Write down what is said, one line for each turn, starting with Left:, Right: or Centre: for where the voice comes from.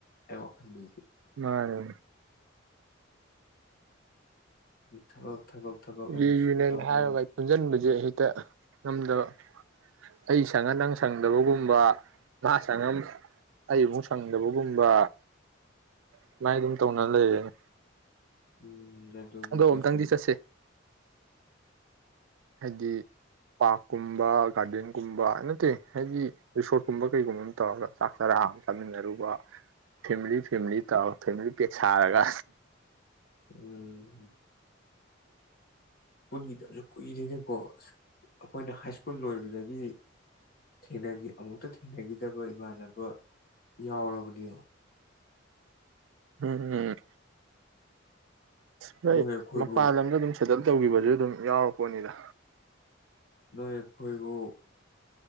Left: ꯑꯩ ꯋꯥꯈꯟꯗꯗꯤ
Right: ꯃꯥꯅꯦ
Left: ꯊꯕꯛ ꯊꯕꯛ ꯊꯕꯛ ꯑꯅ
Right: ꯔꯤꯌꯨꯅꯤꯌꯟ
Left: ꯁꯨꯝ ꯇꯧ
Right: ꯍꯥꯏꯔꯒ
Left: ꯂꯩ
Right: ꯚꯥꯏ ꯄꯨꯟꯁꯤꯟꯕꯁꯦ ꯉꯝꯗꯕ ꯑꯩ ꯁꯪꯉ ꯅꯪ ꯁꯪꯗꯕꯒꯨꯝꯕ ꯃꯥ ꯁꯪꯉ ꯑꯩꯃꯨꯛ ꯁꯪꯗꯕꯒꯨꯝꯕ ꯁꯨꯃꯥꯏꯅ ꯑꯗꯨꯝ ꯇꯧꯅ ꯂꯩꯔꯦꯅꯦ
Left: ꯎꯝ ꯑꯗꯨꯕꯨꯗꯤ
Right: ꯑꯗꯣ ꯑꯨꯛꯇꯪꯗꯤ
Left: ꯁꯨꯝ
Right: ꯆꯠꯁꯦ ꯍꯥꯏꯗꯤ ꯄꯥꯔꯛꯀꯨꯝꯕ ꯒꯥꯔꯗꯦꯟꯒꯨꯝꯕ ꯅꯠꯇꯦ ꯍꯥꯏꯕꯗꯤ ꯔꯤꯁꯣꯔꯠꯀꯨꯝꯕ ꯀꯩꯒꯨꯝꯕ ꯑꯃ ꯇꯧꯔꯒ ꯆꯥꯛ ꯆꯔꯥ ꯑꯃ ꯆꯥꯃꯤꯟꯅꯔꯨꯕ ꯐꯦꯃꯤꯂꯤ ꯐꯦꯂꯤ ꯇꯧꯔꯒ ꯐꯦꯃꯤꯂꯤ ꯄꯦꯛ ꯁꯥꯔꯒ
Left: ꯎꯝ ꯀꯟꯗꯕ ꯀꯨꯏꯔꯤꯅꯦꯀꯣ ꯑꯁ ꯑꯩꯈꯣꯏꯅ ꯍꯥꯏ ꯁ꯭ꯀꯨꯜ ꯂꯣꯏꯕꯗꯒꯤ ꯊ ꯑꯃꯨꯛꯇ ꯊꯦꯡꯅꯈꯤꯗꯕ ꯏꯃꯥꯟꯅꯕ ꯌꯥꯎꯔꯕꯅꯤ
Right: ꯎꯝ ꯎꯝ ꯑ ꯍꯣꯏ
Left: ꯅꯣꯏ ꯑꯩꯈꯣꯏꯕꯨ
Right: ꯃꯄꯥꯟ ꯂꯝꯗ ꯑꯗꯨꯝ ꯁꯗꯜ ꯇꯧꯈꯤꯕꯁꯨ ꯑꯗꯨꯝ ꯌꯥꯎꯔꯛꯄꯣꯅꯤꯗ
Left: ꯅꯣꯏ ꯐꯣꯏꯔꯤꯕꯣꯛ